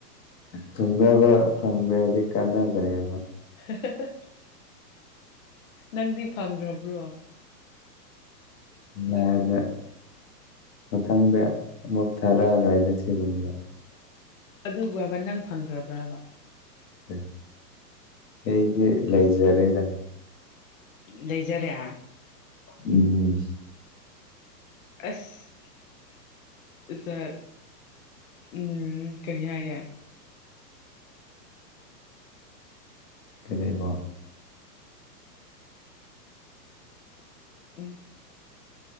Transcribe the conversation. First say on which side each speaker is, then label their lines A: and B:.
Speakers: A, on the left; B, on the left.
A: ꯊꯨꯡꯗꯕ ꯐꯪꯗ꯭ꯔꯦꯗꯤ ꯀꯥꯟꯅꯗ꯭ꯔꯦꯕ
B: <unintelligible> <unintelligible> ꯅꯪꯗꯤ ꯐꯪꯈ꯭ꯔꯕ꯭ꯔꯣ
A: ꯎ ꯂꯥꯏꯔꯗ ꯃꯊꯪꯗ ꯑꯃꯨꯛ ꯊꯥꯔꯛꯑꯔꯣꯏꯗ ꯁꯤꯒꯨꯝꯕ
B: ꯑꯗꯨꯕ ꯅꯪ ꯐꯪꯈ꯭ꯔꯕ꯭ꯔꯕ
A: ꯎ ꯑꯩꯗꯤ ꯂꯩꯖꯔꯦꯗ
B: ꯂꯩꯖꯔꯦ
A: ꯎꯝ
B: ꯑꯁ ꯎꯝ ꯎ ꯀꯔꯤꯌꯥ ꯌꯥꯦ
A: ꯀꯩꯅꯕꯣ
B: ꯎꯝ